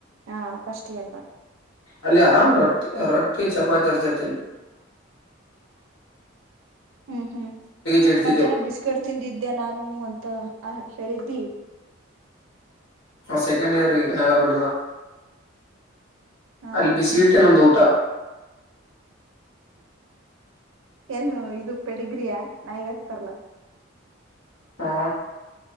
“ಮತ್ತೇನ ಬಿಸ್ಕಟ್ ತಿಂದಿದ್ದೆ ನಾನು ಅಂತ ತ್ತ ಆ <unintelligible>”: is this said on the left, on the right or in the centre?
Right